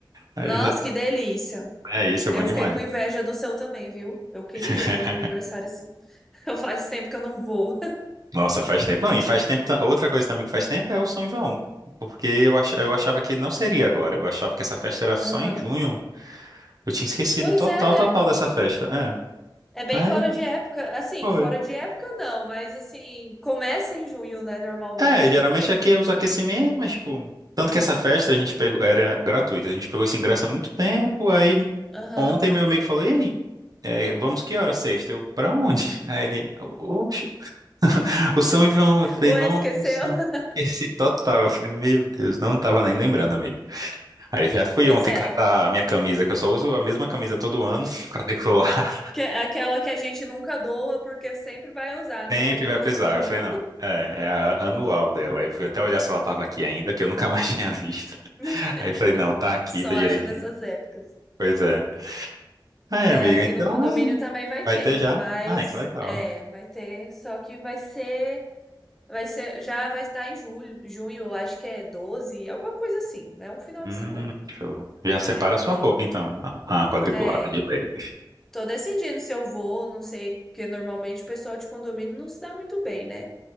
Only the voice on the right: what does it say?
aí
eu já tô...
É isso, é
bom demais.
<laughs>
Nossa, faz tempo. Não, e faz tempo. ta- Outra coisa também que faz tempo é o São João. Porque eu, ach... eu achava que não seria agora. Eu achava que essa festa era só
em junho. Eu tinha esquecido
total,
total dessa festa. É.
Aí,
pô.
É, geralmente aqui é os aquecimentos, mas tipo. Tanto que essa festa a gente pegou, era gratuita, a gente pegou esse ingresso há muito tempo, aí
ontem meu amigo falou, e aí, é, vamos que hora sexta? Eu, pra onde? Aí ele, oxe, o São João. Eu falei,
nossa,
esse total. Eu falei, meu Deus, não tava nem lembrando, amigo. Aí já fui
ontem
catar a minha camisa, que eu só uso a mesma camisa todo ano, <laughs> quadricular.
Sempre
vai
precisar.
Eu falei, não, é, é a anual dela. Eu fui até olhar se ela estava aqui ainda, que eu nunca mais <laughs> tinha visto.
Aí eu falei, não, tá aqui,
tá direitinho.
Pois é. Aí,
amiga,
então
é,
vai
ter já.
Ah, que legal.
Hum,
show. Já separa
a sua
roupa, então. A a quadriculada
de leite.